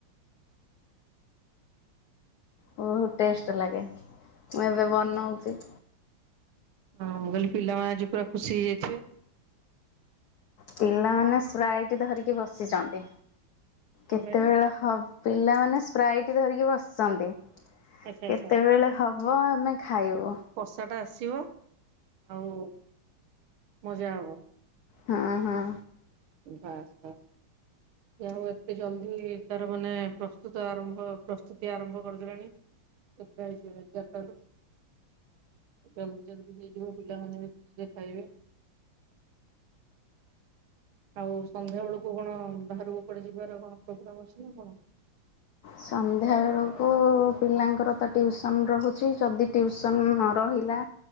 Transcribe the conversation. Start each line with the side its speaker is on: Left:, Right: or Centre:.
Left: ବହୁତ ଟେଷ୍ଟ ଲାଗେ ମୁଁ ଏବେ।
Right: ହଁ ମୁଁ କହିଲି ପିଲାମାନେ ଆଜି ପୁରା ଖୁସି ହେଇଯାଇଥିବେ।
Left: ପିଲାମାନେ ସ୍ପ୍ରାଇଟ ଧରିକି ବସିଛନ୍ତି
Right: କଣ
Left: କେତେବେଳେ
Right: କହିଲେ
Left: ହବ। ପିଲାମାନେ ସ୍ପ୍ରାଇଟ୍ ଧରିକି ବସିଛନ୍ତି।
Right: ଆଚ୍ଛା ଆଚ୍ଛା
Left: କେତେବେଳେ ହବ ଆମେ ଖାଇବୁ।
Right: ସେଟା ଆସିବ ଆଉ ମଜା ହବ।
Left: ହଁ ହଁ।
Right: ବାସ୍ ବାସ୍। ଯାହା ହଉ ଏତେ ଜଲଦି ତାର ମାନେ ପ୍ରସ୍ତୁତ ଆରମ୍ଭ ପ୍ରସ୍ତୁତି ଆରମ୍ଭ କରିଦେଲଣି। ସପ୍ରାଇଜ ଦେବେ ଏଗାର ଟା ବେଳୁ। ଜଲ୍ଦୀ ଜଲ୍ଦୀ ହେଇଯିବ ପିଲାମାନେ ବି ଖୁସିରେ ଖାଇବେ। ଆଉ ସନ୍ଧ୍ୟା ବେଳକୁ କଣ ବାହହାର ଉପଡେ ଯିବାର କଣ ପୋଗ୍ରମ୍ ଅଛି ନା କଣ।
Left: ସନ୍ଧ୍ୟାବେଳକୁ ପିଲାଙ୍କର ତ ଟିଉସନ ରହୁଛି ଯଦି ଟିଉସନ ନ ରହିଲା।